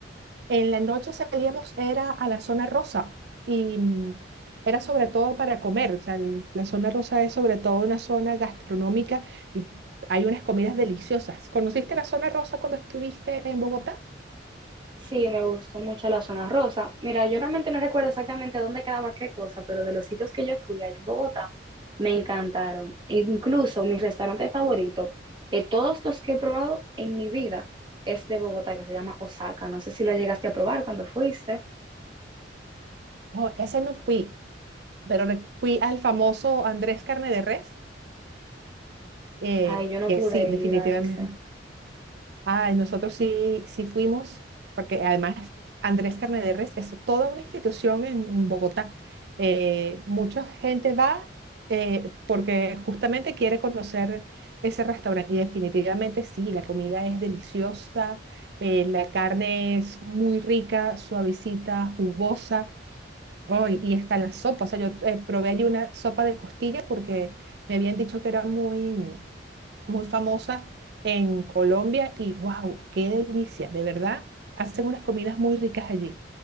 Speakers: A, on the right (about 60°); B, on the right (about 25°).
A: en la noche salíamos, era a la zona rosa y mm, era sobre todo para comer. O sea, el- la zona rosa es sobre todo una zona gastronómica y hay unas comidas deliciosas. ¿Conociste la zona rosa cuando estuviste en Bogotá?
B: Sí, me gustó mucho la zona rosa. Mira, yo realmente no recuerdo exactamente dónde quedaba qué cosa, pero de los sitios que yo fui allá en Bogotá, me encantaron. Incluso mi restaurante favorito de todos los que he probado en mi vida es de Bogotá, que se llama Osaka. No sé si lo llegaste a probar cuando fuiste.
A: Oh, ese no fui, pero re- fui al famoso Andrés Carne de Res, eh,
B: Ay, yo no
A: que
B: pude
A: sí, definitivamente.
B: ir a ese.
A: Ay, nosotros sí, sí fuimos, porque además Andrés Carne de Res es toda una institución en, en Bogotá. Eh, mucha gente va eh, porque justamente quiere conocer ese restaurante y definitivamente sí, la comida es deliciosa, eh, la carne es muy rica, suavecita, jugosa. Oh, y y está la sopa. O sea, yo eh, probé allí una sopa de costilla porque me habían dicho que era muy, mm, muy famosa en Colombia y wow, qué delicia. De verdad, hacen unas comidas muy ricas allí.